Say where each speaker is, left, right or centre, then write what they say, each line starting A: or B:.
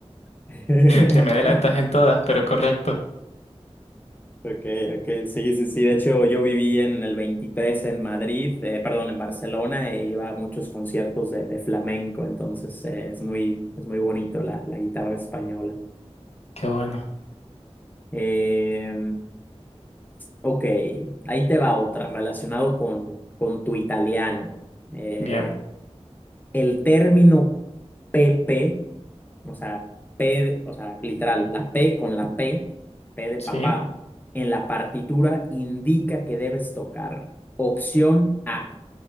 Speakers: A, on the left (about 15°); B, on the left (about 70°).
A: <laughs>
B: te me adelantas en todas, pero correcto.
A: Ok, ok, sí, sí, sí. De hecho, yo viví en el 23 en Madrid, eh, perdón, en Barcelona, e iba a muchos conciertos de, de flamenco, entonces eh, es muy, es muy bonito la, la guitarra española.
B: Qué bueno.
A: Eh, Ok, ahí te va otra relacionado con, con tu italiano. Eh,
B: Bien,
A: el término PP, o sea, P, de- o sea, literal, la P con la P, P de
B: sí.
A: papá, en la partitura indica que debes tocar. Opción A,